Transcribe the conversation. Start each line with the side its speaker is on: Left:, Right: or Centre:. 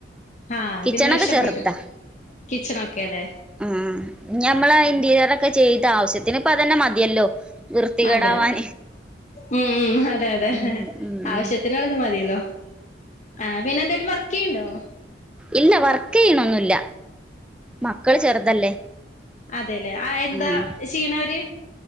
Left: ആഹ്
Centre: കിച്ചണൊക്കെ
Left: പിന്നെ രക്ഷപ്പെട്ടു
Centre: ചെറുതാ
Left: കിച്ചൺ ഒക്കെ അല്ലെ?
Centre: ഉം ഞമ്മള ഇന്റീരിയർ ഒക്കെ ചെയ്ത ആവശ്യത്തിന് ഇപ്പ അതന്നെ മതിയല്ലോ വൃത്തികേടാവാൻ
Left: അതെ ഉം ഉം അതെ അതെ
Centre: ഉം ഉം
Left: ആവശ്യത്തിനുള്ളത് മതിയല്ലോ. ആഹ് പിന്നെ എന്തേലും വർക്ക് ചെയ്യണ്ടോ?
Centre: ഇല്ല വർക്ക് ചെയ്യണൊന്നുല്ല മക്കള് ചെറുതല്ലേ?
Left: അതെല്ലെ ആ എന്താ
Centre: ആഹ്
Left: ചെയ്യണവര്?